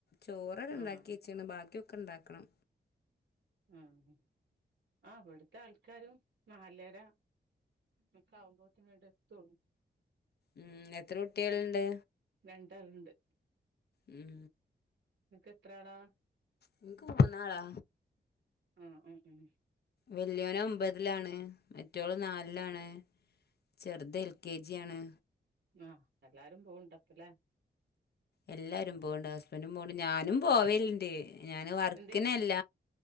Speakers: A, on the left (about 60°); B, on the right (about 75°).
A: ചോറ് ഉണ്ടാക്കി
B: ആഹ്
A: വെച്ചാണ് ബാക്കി ഒ ക്കെ ഉണ്ടാക്കണം
B: ഉം ഉം ആഹ് അവിടുത്തെ ആൾക്കാരും നാലര ഒക്കെ ആവുമ്പോത്തിന് ഇങ്ങട് എത്തുള്ളു
A: ഉം എത്ര കുട്ടികളുണ്ട്
B: രണ്ടാളുണ്ട്
A: ഉം
B: നിക്ക് എത്രാളാ
A: എനിക്ക് മൂന്നാളാ
B: ആഹ് ആഹ് ഉം
A: വെല്യോന് ഒമ്പതിലാണ് മറ്റോള് നാലിലാണ് ചെറുത് എൽ കെ ജിയാണ്
B: ആഹ് എല്ലാരും പോണണ്ടപ്പല്ലേ
A: എല്ലാരും പോണ് ണ്ട് ഹസ് ബൻറും പൊണ്ട് ഞാനും പോവലുണ്ട് ഞാൻ വർക്കിനല്ല
B: എന്ത്